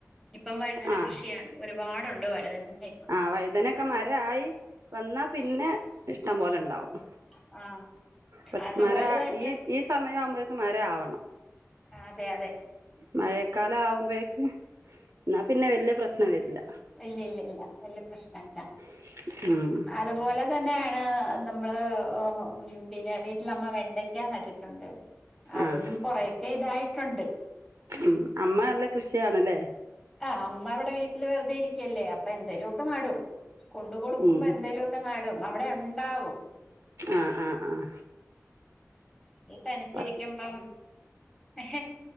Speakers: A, in the centre; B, on the right.
A: ഇപ്പം വഴുതനകൃഷ്വാണ്
B: ആഹ്
A: ഒരുപാടുണ്ട് വഴുതന <inaudible>
B: ആഹ് വൈതനൊക്കെ മരായി വന്നാപിന്നെ ഇഷ്ട്ടം പോലേണ്ടാവും
A: ആഹ്
B: <unintelligible>
A: അതുപോലെ
B: മരാ
A: തന്നെ
B: ഈ ഈ സമയാവുമ്പൊഴേക്കും മരാആവണം
A: ആതെ യാതെ
B: മഴക്കാലാവുമ്പൊഴേക്ക് ന്നാപിന്നെവല്യ പ്രശ്നം വരില്ല
A: ഇല്ലില്ലില്ല വല്യപ്രശ്നല്ല
B: ഉം
A: അതുപോലെതന്നേണ് നമ്മള് അഹ് പിന്നെ വീട്ടിലമ്മ വെണ്ടയ് ക്ക നട്ടിട്ടുണ്ട് അതും
B: ആഹ്
A: കൊറേക്കെ തായിട്ടുണ്ട്
B: ഉംഅമ്മനല്ല കൃഷിയാണ്ല്ലേ
A: ആഹ് അമ്മ അവിടെ വീട്ടിൽ വെറുതെ ഇര്ക്ക്വല്ലേ അപ്പൊ എന്തേലൊക്കെ നടും കൊണ്ടുകൊടുക്കുമ്പോ
B: ഉം
A: എന്തേലൊ ക്കെ നടും അവിടേയുണ്ടാവും
B: ആഹ് ആഹ് ആഹ്
A: ഇ തനിച്ചിരിക്കുമ്പം
B: പ
A: എഹെ